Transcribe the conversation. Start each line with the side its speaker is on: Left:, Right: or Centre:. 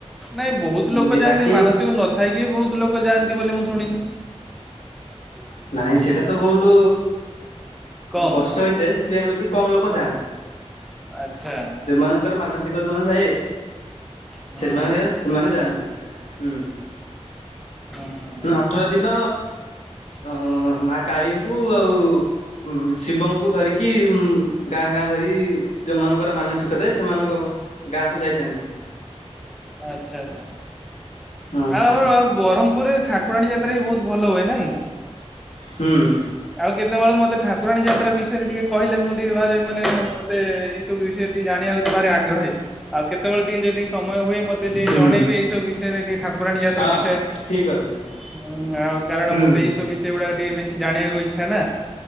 Centre: ନାଇଁ ବହୁତ୍
Left: ଏମିତି
Centre: ଲୋକ ଯାଆନ୍ତି
Left: ବାକି
Centre: ମାନସିକ ନଥାଇକି ବି ବହୁତ୍ ଲୋକ ଯାଆନ୍ତି ବୋଲି ମୁଁ ଶୁଣିଚି। ହ।
Left: ନାଇଁ ସେଇଟା ତ ବହୁଟୁ
Centre: କମ୍
Left: କଷ୍ଟ ହେଇଥାଏ ସେଥିପାଇଁ ବେଲି କମ୍ ଲୋକ ଯାଆନ୍ତି।
Centre: ଆଚ୍ଛା।
Left: ଯୋଉମାନଙ୍କର ମାନସିକ <unintelligible> ଥାଏ
Centre: ହୁଁ
Left: ସେମାନେ ସେମାନେ ଯାଆନ୍ତି ହୁଁ,
Centre: ହୁଁ ହୁଁ ହୁଁ।
Left: ନା ଅଠର ଦିନ ଅଁ ମା କାଳୀଙ୍କୁ ଆଉ ଉଁ ଶିବଙ୍କୁ ଧରିକି ଉଁ ଗାଁ-ଗାଁ ଧରି ଯୋଉମାନଙ୍କର ମାନସିକ ଥାଏ, ସେମାନଙ୍କ ଗାଁ କୁ ଯାଇଥାନ୍ତି।
Centre: ଆଚ୍ଛା-ଆଚ୍ଛା।
Left: ଆଚ୍ଛା
Centre: ଆଉ ଆମର ବ୍ରହ୍ମପୁରରେ ଠାକୁରାଣୀ ଯାତ୍ରା ବି ବହୁତ୍ ଭଲ ହୁଏ ନାଇଁ?
Left: ହୁଁ।
Centre: ଆଉ କେତବଳେ ମତେ ଠାକୁରାଣୀ ଯାତ୍ରା ବିଷୟରେ ଟିକେ କହିଲେ ମୁଁ ଟିକେ ଭାରି ମାନେ ମତେ ଏଇ ସବୁ ବିଷୟରେ ଟିକେ ଜାଣିବାକୁ ତ ଭାର ଆଗ୍ରହୀ, ଆଉ କେତବଳେ ଟିକେ ଯଦି ସମୟ ହୁଏ ମତେ ଟିକେ
Left: ହୁଁ
Centre: ଜଣେଇବେ
Left: ହୁଁ
Centre: ଏଇ ସବୁ ବିଷୟରେ ଟିକେ ଠାକୁରାଣୀ ଯାତ୍ରା
Left: ହଁ
Centre: ବିଷୟରେ।
Left: ଠିକ୍ ଅଛି।
Centre: ହୁଁ ଆଉ କାରଣ
Left: ହୁଁ
Centre: ମତେ
Left: ହୁଁ
Centre: ଏଇ ସବୁ ବିଷୟ ଗୁଡାକ ଟିକେ ବେଶୀ ଜାଣିବାକୁ ଇଚ୍ଛା ନା।